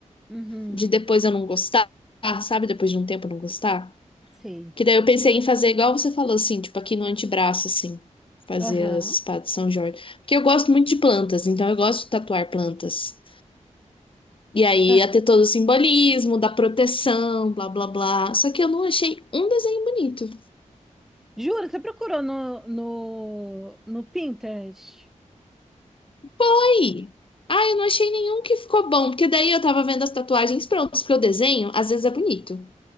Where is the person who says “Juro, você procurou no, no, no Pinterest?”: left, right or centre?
Centre